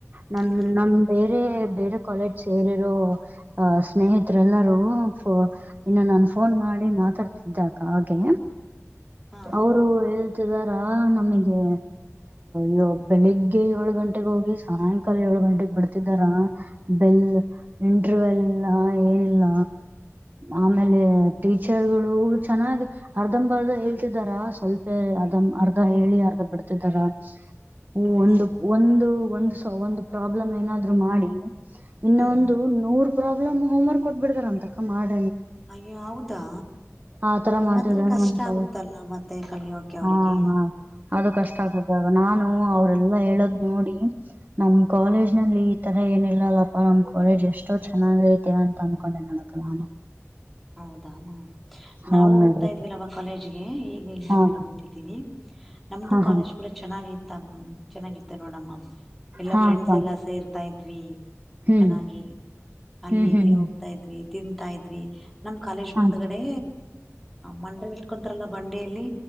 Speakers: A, on the right (about 35°); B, in the centre.
A: ನನ್
B: ಹ
A: ನಮ ಬೇರೆ ಬೇರೆ ಕಾಲೇಜ್ ಸೇರಿರೋ ಸ್ನೇಹಿತರೆ ಎಲ್ಲರೂ ಇನ್ನು ನ ಫೋನ್ ಮಾಡ ನಾಳಿ ಮಾತಾಡ್ತಿದ್ದಾಗ ಹಾಗೆ
B: ಹಾ
A: ಅವರು ಹೇಳ್ತಿದಾರ ನಮಗೆ ಯ್ಯೋ ಬೆಳಿಗ್ಗೆ ಏಳು ಗಂಟೆಗೆ ಹೋಗಿ ಸಾಯಂಕಾಲ ಏಳು ಗಂಟೆಗೆಗ್ ಬಿಡ್ತಿದ್ದಾರ ಬೆಲ್ ಇಂಟರ್ವ್ಯೂಲ್ ಇಲ್ಲ ಏನಿಲ್ಲ ಆಮೇಲೆ ಟೀಚರ್ಗಳು ಚೆನ್ನಾಗ ಅರ್ಧಂಬರ್ಧ ಹೇಳ್ತಿದಾರ ಸ್ವಲ್ಪೇ ಅರ್ ಅರ್ಧ ಹೇಳಿ ಅರ್ಧ ಬಿಡ್ತಿದಾರ ಹ
B: ಹೌದಾ
A: ಒಂದು ಒಂದು ಒಂದು ಒಂದು ಪ್ರಾಬ್ಲಮ್ ಏನಾದ್ರು ಮಾಡಿ ಇನ್ನೊಂದು
B: ಹ್ಮ್ ಹ್ಮ್
A: ನೂರ್ ಪ್ರಾಬ್ಲಮ್ ಹೋಮ್ವರ್ಕ್ ಕೊಟ್ ಬಿಿಡಗಾರ ಅಂತಕ ಮಾಡ
B: ಅಯ್ಯೋ ಹೌದಾ
A: ಆತರ
B: ಹಂಗಂದ್ರೆ
A: ಮಾಡ್ತಿದಾರ
B: ಕಷ್ಟ
A: ನಮ್ ಕಾಲೇಜ್
B: ಆಗುತ್ತಲ್ಲ ಮತ್ತೆ ಕಲಿಯೋಕೆ ಅವ್ರಿಗೆ
A: ಹಾ ಹಾ ಅದು ಕಷ್ಟ
B: ಅದೇ
A: ಆಗ್ತದಾಗ
B: ಮತ್ತೆ
A: ನಾನು ಅವ್ರಲ್ಲಾ ಹೇಳೋದ್ ನೋಡಿ ನಮ ಕಾಲೇಜ್
B: ಹಾ
A: ನಲ್ಲಿ ಈ ತರ ಏನಿಲ್ಲ ಅಲ್ಲಪ್ಪಾ ನಮ್ ಕಾಲೇಜ್ ಎಷ್ಟೋ ಚೆನ್ನಾಗ ಐತೆವ ಅಂತ ಅನ್ಕೊಂಡೆ ನಡಕ ನಾನು
B: ಹೌದಾಮ
A: ಹೌದ್
B: ನಾವು ಹೋಗ್ತಾ
A: ನೋಡ್ರಿ
B: ಇದ್ವಿಿಲ್ಲವ ಕಾಲೇಜ್ಗೆ ಈಗ ಇಲ್ಲ
A: ಹಾ
B: ಬಿಡು
A: ಅಕ್ಕ
B: ಬಿಟ್ಟಿದ್ದೀವಿ ನಮ್ದು
A: ಹಾ
B: ಕಾಲೇಜ್
A: ಹಾ
B: ಕೂಡ ಚೆನ್ನಾಗಿತ್ತ ಚೆನ್ನಾಗಿತ್ತ ನೋಡಮ್ಮ ಎಲ್ಲಾ
A: ಹಾ
B: ಫ್ರೆಂಡ್ಸ್
A: ಅಕ್ಕ
B: ಎಲ್ಲ ಸೇರ್ತಾ ಇದತ್್ವಿ
A: ಹ್ಮ್
B: ಚೆನ್ನಾಗಿ ಅಲ್ಲಿ
A: ಹ್ಮ್ ಹ್ಮ್
B: ಇಲ್ಲಿ
A: ಹ್ಮ್
B: ಹೋಗ್ತಾ ಇದ್ವಿ ತಿಂತಾ ಇದ ಇದ್ವಿ ನಮ್ ಕಾಲೇಜ್
A: ಹಾ
B: ಮುಂದ್ಗಡೆ ಮಂಡಲ್ ಇಟ್ಕೊಂತರಲ್ಲ ಬಂಡಿಯಲ್ಲಿ